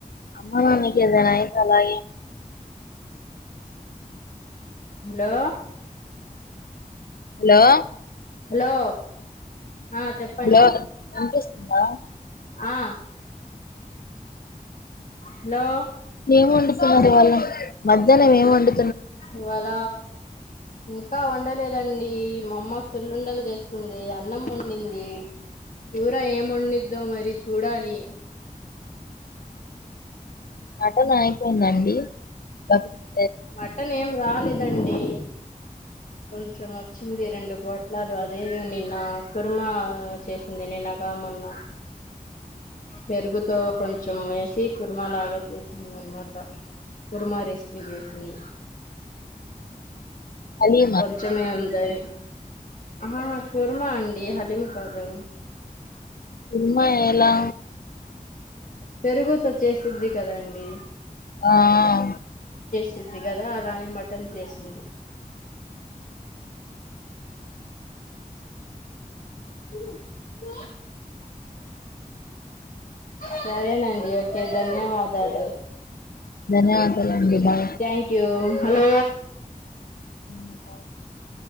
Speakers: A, on the left (about 80°); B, on the left (about 55°).
A: అమ్మ నాన్నకి ఏదైనా అయితే అలాగే
B: హలో
A: హలో
B: హలో ఆ చెప్పండి
A: హలో వినిపిస్తుందా
B: ఆ హలో
A: ఏం వండుతున్నారు ఇవాళ మధ్యాహ్నం ఏం వండు
B: ఇవాళ ఇంకా వండలేదండి మామ్మ సుల్లుండలు చేస్తుంది అన్నం వండింది కూర ఏం వండిద్దో మరి చూడాలి
A: అ నాయిపోయిందండి అ <inaudible>
B: మటన్ ఏమ్. రాలేదండి. కొంచెం వచ్చింది రెండు కోట్. తను అదే నిన్న కుర్మా చేసింది నిన్నగా మొన్న పెరుగుతో కొంచెం వేసి కుర్మా లాగా చేసింది అనమాట కుర్మా రెసిపీ చేసింది.
A: అని.
B: కొంచమే ఉందని. ఆ కుర్మా అండి హలీం కాదు.
A: కుర్మా ఎలా?
B: పెరుగుతో చేసిద్ది కదండి.
A: ఆ ఆ
B: అవుద్ది కదా అలానె మటన్ చేసింది. <inaudible> సరేనండి ఒకే ధన్యవాదాలు.
A: ధన్యవాదాలు అండి బాయ్.
B: థ్యాంక్ యూ హలో..
A: హ <inaudible> <inaudible>